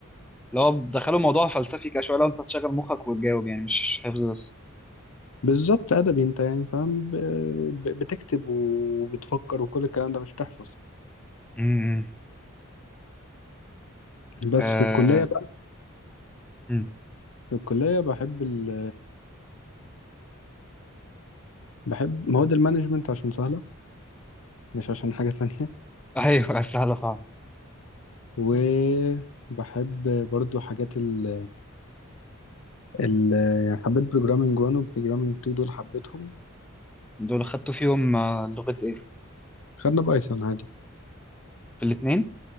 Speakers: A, in the centre; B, on the left (about 75°).
A: لو دخلوا موضوع فلسفي كده شويه لو انت تشغل مخك وتجاوب يعني مش حفظ بس
B: بالظبط أدبي أنت يعني فاهم ب- ب- بتكتب وبتفكر وكل الكلام ده مش بتحفظ
A: امم
B: بس
A: آه...
B: في الكلية
A: مم.
B: في الكلية بحب ال بحب مواد المانجمنت عشان سهلة مش عشان حاجة تانية
A: ايوه <laughs> سهله فاهم
B: وبحب برضو حاجات ال ال يعني حبيت بروجرامينج 1 وبروجرامينج 2 دول حبيتهم
A: دول خدتوا فيهم آه، لغة ايه؟
B: خدنا بايثون عادي
A: في الاتنين